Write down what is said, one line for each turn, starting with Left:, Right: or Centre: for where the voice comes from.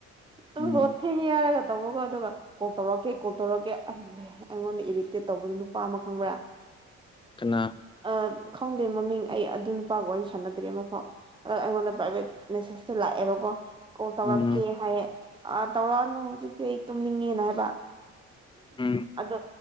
Right: ꯇꯨꯝꯈꯔꯣ
Left: ꯎꯝ
Right: ꯊꯦꯡꯉꯦ ꯍꯥꯏꯔꯒ ꯇꯧꯕꯒ ꯑꯗꯨꯒ ꯀꯣꯜ ꯇꯧꯔꯛꯀꯦ ꯀꯣꯜ ꯇꯧꯔꯛꯀꯦ ꯑꯗꯨ ꯑꯩꯉꯣꯟꯗ ꯏꯔꯤꯇꯦꯠ ꯇꯧꯕꯗꯨ ꯅꯨꯄꯥ ꯑꯃ ꯈꯪꯕ꯭ꯔꯥ
Left: ꯀꯅꯥ
Right: ꯑꯥ ꯈꯪꯗꯦ ꯃꯃꯤꯡ ꯑꯩ ꯑꯗꯨ ꯅꯨꯄꯥꯒ ꯋꯥꯔꯤ ꯁꯥꯟꯅꯗ꯭ꯔꯦ ꯑꯃꯐꯥꯎ ꯑ ꯑꯩꯉꯣꯟꯗ ꯃꯦꯁꯦꯁꯇ‌ꯣ ꯂꯥꯛꯑꯦꯕꯀꯣ ꯀꯣꯜ ꯇꯧꯔꯛꯀꯦ
Left: ꯎꯝ
Right: ꯍꯥꯏꯌꯦ ꯑ ꯇꯧꯔꯛꯑꯅꯨ ꯍꯧꯖꯤꯛꯇꯤ ꯑꯩ ꯇꯨꯝꯅꯤꯡꯉꯦꯅ ꯍꯥꯏꯕ
Left: ꯎꯝ
Right: ꯑꯗꯣ